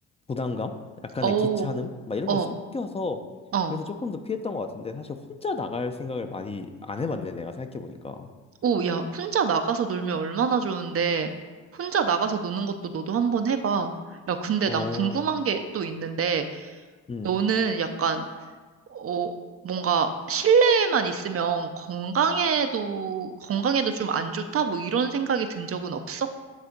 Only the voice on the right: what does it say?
어,
어,
어.
오, 야, 혼자 나가서 놀면 얼마나 좋은데, 혼자 나가서 노는 것도 너도 한번 해봐. 야, 근데
난 궁금한 게 또 있는데,
너는 약간, 어, 뭔가 실내에만 있으면 건강에도, 건강에도 좀 안 좋다? 뭐 이런 생각이 든 적은 없어?